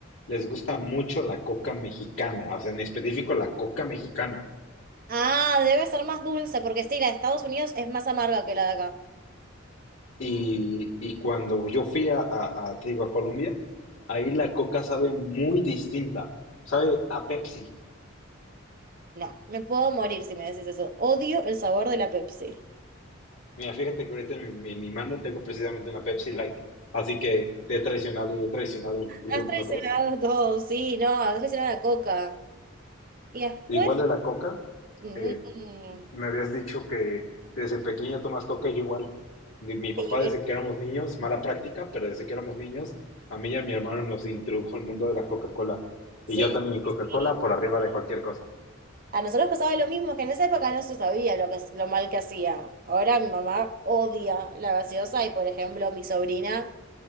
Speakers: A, on the left; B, on the right.
A: les gusta mucho la coca mexicana, o sea, en específico la coca mexicana.
B: Ah, debe ser más dulce, porque sí, la de Estados Unidos es más amarga que la de acá.
A: Y, y cuando yo fui a, a, a, te digo, a Colombia, ahí la coca sabe muy distinta, sabe a Pepsi.
B: No, me puedo morir si me decís eso. Odio el sabor de la Pepsi.
A: Mira, fíjate que ahorita en mi, en mi mano tengo precisamente una Pepsi Light, así que te he traicionado y he traicionado el club,
B: Has traicionado
A: ¿no crees?
B: todo, sí, no, has traicionado la coca. Y después...
A: Igual de la coca,
B: Mm,
A: eh, Me habías dicho que desde pequeña tomas coca, yo igual. Mi, mi papá
B: sí,
A: desde que éramos niños, mala práctica, pero desde que éramos niños, a mí y a mi hermano nos introdujo el mundo de la Coca-Cola.
B: sí,
A: Y yo también Coca-Cola
B: sí.
A: por arriba de cualquier cosa.
B: A nosotros pasaba lo mismo, que en esa época no se sabía lo que, lo mal que hacía. Ahora mi mamá odia la gaseosa y, por ejemplo, mi sobrina